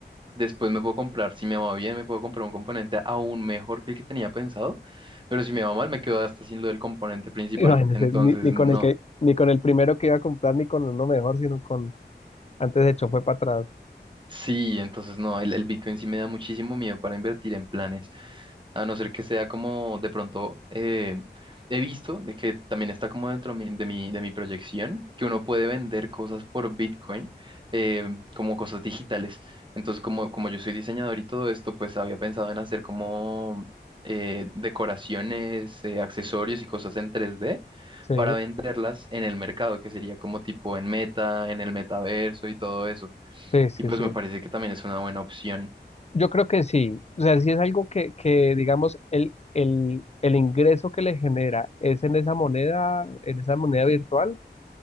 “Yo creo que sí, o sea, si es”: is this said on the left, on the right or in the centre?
Left